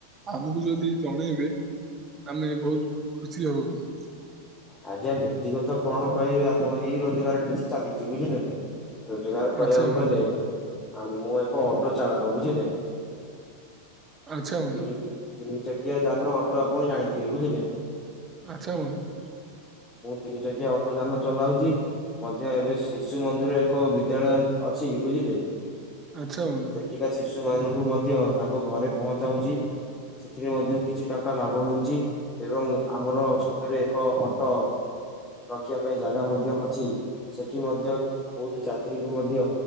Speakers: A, on the right; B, on the left.
A: ଆମକୁ ଯଦି ଜଣେଇବେ ଆମେ ବହୁତ ଖୁସି ହେବ ବନ୍ଧୁ।
B: ଆଜ୍ଞା ବ୍ୟକ୍ତିଗତ କଣ କହିବି ଆପଣ ଏଇ ରୋଜଗାରରେ କିଛି ଚାଲିଛି ବୁଝିଲେ ନା। ରୋଜଗାର କହିଆକୁ
A: ଆଚ୍ଛା ବନ୍ଧୁ
B: ଗଲେ ଆ ମୁଁ ଏକ ଅଟୋ ଚାଳକ ବୁଝିଲେ।
A: ଆଚ୍ଛା ବନ୍ଧୁ
B: ତିନି ତିନି ଚକିଆ ଯାନ ଅଟୋ ଆପଣ ଜାଣିଥିବେ ବୁଝିଲେ।
A: ଆଚ୍ଛା ବନ୍ଧୁ।
B: ମୁଁ ତିନି ଚକିଆ ଅଟୋ ଯାନ ଚଲାଉଛି। ମଧ୍ୟ ଏବେ ଶିଶୁ ମନ୍ଦିର ଏକ ବିଦ୍ୟାଳୟ ଅଛି ବୁଝିଲେ।
A: ଆଚ୍ଛା ବନ୍ଧୁ।
B: ଟିକା ଶିଶୁ ମାନଙ୍କୁ ମଧ୍ୟ ତାଙ୍କ ଘରେ ପହଞ୍ଚାଉଛି। ସେଥିରେ ମଧ୍ୟ କିଛି ଟଙ୍କା ଲାଭ ହେଉଛି ଏବଂ ଆମର ଛକରେ ଏକ ଅଟ ରଖିବା ପାଇଁ ଜାଗା ମଧ୍ୟ ଅଛି ସେଠି ମଧ୍ୟ ବହୁତ ଯାତ୍ରୀଙ୍କୁ ମଧ୍ୟ